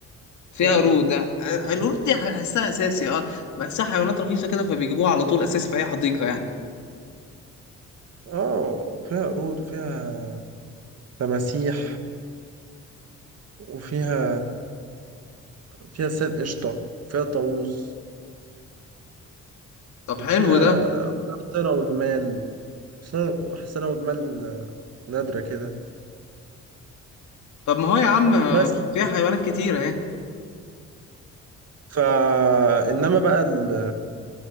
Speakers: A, on the left (about 70°); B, on the right (about 55°).
A: فيها
B: فيها
A: قرود
B: قرود
A: اه،
B: وفيها
A: القرود دي بحسها اساسي اه بحسها حيوانات رخيصه كده فبيجيبوها على طول اساسي في اي حديقه يعني
B: اه فيها قرود وفيها تماسيح وفيها فيها صيد قشطه فيها طاووس
A: طب
B: وفيها
A: حلو ده
B: فيها حسنة وجمال حسنة حسنة وجمال آه، نادرة كده
A: طب ما هو يا عم آه،
B: بس
A: فيها حيوانات كتيره اهي
B: فا إنما بقى ال...